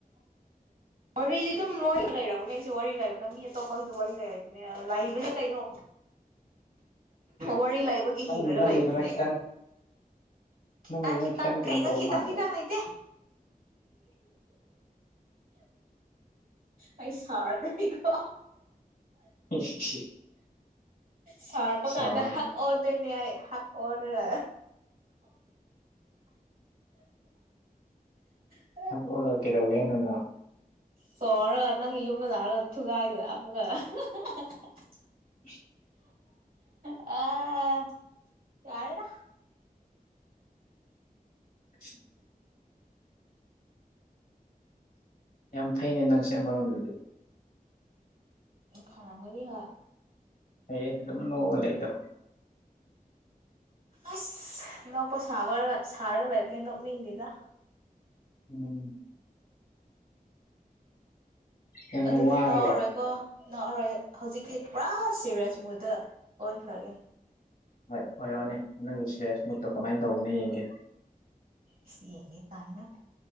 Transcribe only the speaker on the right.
ꯋꯥꯔꯤꯗꯤ ꯑꯗꯨꯝ ꯂꯣꯏ ꯂꯩꯔꯝꯒꯅꯤ ꯑꯩꯁꯨ ꯋꯥꯔꯤ ꯂꯩꯕꯅ ꯃꯤ ꯑꯇꯣꯞꯄꯒꯤꯁꯨ ꯋꯥꯔꯤ ꯂꯩꯔꯏꯕꯅꯦ ꯂꯩꯕꯅꯦ ꯀꯩꯅꯣ ꯋꯥꯔꯤ ꯂꯥꯏꯕꯒꯤ
ꯍꯤꯡꯉꯒ
ꯂꯩꯕꯅꯤꯅꯦ
ꯈꯤꯇꯥ
ꯈꯤꯇꯪ
ꯀꯩꯅ
ꯈꯈꯤꯇꯪ
ꯈꯤꯇꯪ ꯂꯩꯇꯦ ꯑꯩ ꯁꯥꯎꯔꯛ ꯀꯅꯤꯀꯣ
ꯁꯥꯎꯔꯛꯄ
ꯀꯥꯟꯗ ꯍꯛ ꯑꯣꯟꯗꯣꯏꯅꯦ ꯑꯩ ꯍꯛ ꯑꯣꯗꯔ <unintelligible> <unintelligible>
ꯁꯣꯔꯒ ꯅꯪꯒꯤ ꯌꯨꯝꯗ ꯂꯥꯛꯑꯒ ꯊꯨꯒꯥꯏꯗꯣꯏ ꯑꯃꯨꯛꯀ <unintelligible>
ꯑ ꯌꯥꯔꯦꯗ
ꯐꯔꯝꯃꯅꯤ ꯍꯥ
ꯑꯁ ꯅꯣꯛꯄ ꯁꯥꯕꯔ ꯁꯥꯔꯒ ꯂꯩꯕꯅꯦ ꯅꯣꯛꯅꯤꯡꯗꯦꯗ
ꯑꯗꯨꯗꯤ
ꯅꯣꯑꯔꯣꯏ ꯀꯣ ꯅꯣꯛꯑꯔꯣꯏ ꯍꯧꯖꯤꯛꯇꯤ ꯄꯨꯔꯥ ꯁꯤꯔꯦꯁ ꯃꯨꯠꯗ ꯑꯣꯟꯈ꯭ꯔꯒꯦ
ꯏꯁ ꯌꯦꯡꯒꯦ ꯀꯥꯏꯅ